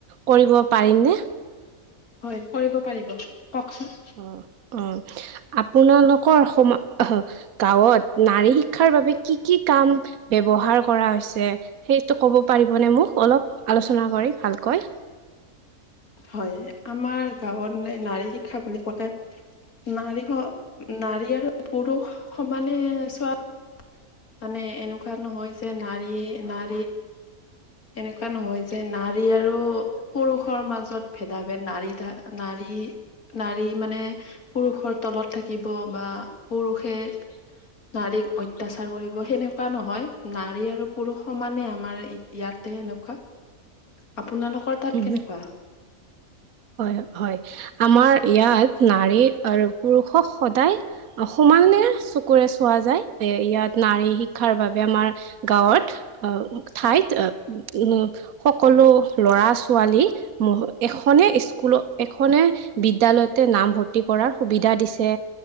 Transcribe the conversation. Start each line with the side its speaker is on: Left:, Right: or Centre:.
Right: কৰিব পাৰিমনে
Left: হয় কৰিব পাৰিব কওকচোন।
Right: অ অ আপোনালোকৰ সম গাঁৱত নাৰী শিক্ষাৰ বাবে কি কি কাম ব্যৱহাৰ কৰা হৈছে সেইটো ক'ব পাৰিবনেে মোক অলপ আলোচনা কৰি ভাল ক। হয়
Left: হয় আমাৰ গাঁৱত নাৰী শিক্ষা বুলি কলে নাৰী নাৰী আৰু পুৰুষ সমানে চোৱা মানে এনেকুৱা নহয় যে নাৰী নাৰী এনেকুৱা নহয় যে নাৰী আৰু পুৰুষৰ মাজত ভেদা ভেদ নাৰী নাৰী। উ নাৰী মানে পুৰুষৰ তলত থাকিব বা পুৰুষে। নাৰীক অত্যাচাৰ কৰিব সেনেকুৱা নহয় নাৰী আৰু পুৰুষ সমানে আমাৰ এতিয়াত। এনেকুৱা আপোনালোকৰ তাত
Right: উম
Left: কেনেকুৱা
Right: হয় হয় আমাৰ ইয়াত নাৰী আৰু পুৰুষক সদায় সমান চকুৰে চোৱা যায় এ ইয়াত নাৰী শিক্ষাৰ বাবে আমাৰ গাঁৱত। আহ ঠাইত
Left: হয়
Right: উ সকলো লৰা ছোৱালী এশ এখনে স্কুলত এখনে বিদ্যালয়তে নাম ভৰ্তি কৰাৰ সুবিধা দিছে।